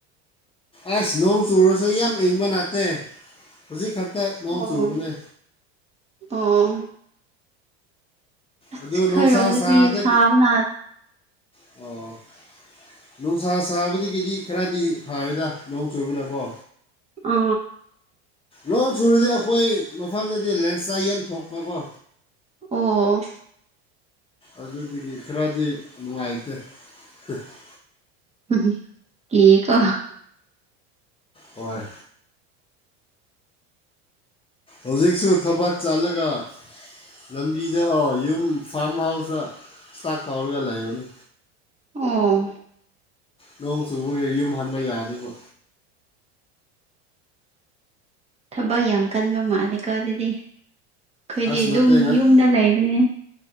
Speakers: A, on the left; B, on the right.
A: ꯑꯁ ꯅꯣꯡ ꯆꯨꯨꯔꯁꯨ ꯌꯥꯝ ꯏꯪꯕ ꯅꯠꯇꯦ ꯍꯧꯖꯤꯛ ꯈꯛꯇ ꯅꯣꯡ
B: ꯑꯣ
A: ꯆꯨꯕꯅꯦ
B: ꯑꯣ ꯑꯁ
A: ꯑꯗꯨ
B: ꯑꯩꯈꯣꯏꯔꯣꯝꯗꯗꯤ
A: ꯅꯨꯡꯁꯥ ꯁꯥꯗꯦ
B: ꯁꯥꯕꯅ
A: <unintelligible> ꯑꯣ ꯅꯨꯡꯁꯥ ꯁꯥꯕꯗꯒꯤꯗꯤ ꯈꯔꯗꯤ ꯐꯔꯦꯗ ꯅꯣꯡ ꯆꯨꯕꯅꯀꯣ
B: ꯑ
A: ꯂꯣꯡ ꯆꯨꯔꯗꯤ ꯑꯈꯣꯏ ꯃꯐꯝꯗꯗꯤ ꯂꯦꯟꯁꯂꯥꯏꯠ ꯌꯥꯝ ꯊꯣꯛꯄꯀꯣ
B: ꯑꯣ
A: ꯑꯗꯨꯗꯒꯤ ꯈꯔꯗꯤ ꯅꯨꯡꯉꯥꯏꯇꯦ <unintelligible>
B: <unintelligible> ꯀꯤꯀꯣ
A: ꯍꯣꯏ ꯍꯧꯖꯤꯛꯁꯨ ꯊꯕꯛ ꯆꯠꯂꯒ ꯂꯝꯕꯤꯗ <unintelligible> ꯌꯨꯝ ꯐꯥꯝ ꯍꯥꯎꯁꯇ ꯏꯁꯇꯥꯛ ꯇꯧꯔꯒ ꯂꯩꯕꯅꯦ
B: ꯑꯣ
A: ꯅꯣꯡ ꯆꯨꯕꯒꯤ ꯌꯨꯝ ꯍꯟꯕ ꯌꯥꯗꯦꯕ
B: ꯊꯕꯛ ꯌꯥꯝ ꯀꯟꯕ ꯃꯥꯜꯂꯦꯀꯣ ꯑꯗꯨꯗꯤ ꯑꯩꯈꯣꯏꯗꯤ
A: ꯑꯁ ꯅꯠꯇꯦ
B: ꯗꯨꯝ
A: ꯉ-
B: ꯌꯨꯝꯗ ꯂꯩꯕꯅꯦ